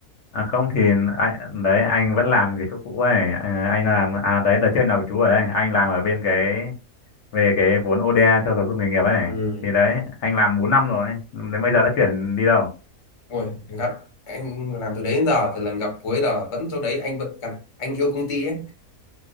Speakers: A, on the left (about 60°); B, on the left (about 35°).
A: à không thì anh đấy anh vẫn làm cái chỗ cũ ấy à, anh làm à đấy đợt trước nào chú ở đây anh làm ở bên cái về cái vốn ODA cho giáo dục nghề nghiệp ấy
B: ừ
A: thì đấy anh làm 4 năm rồi đến bây giờ đã chuyển đi đâu
B: ôi gặp anh làm từ đấy đến giờ từ lần gặp cuối giờ vẫn chỗ đấy anh vẫn gặp anh yêu công ty ấy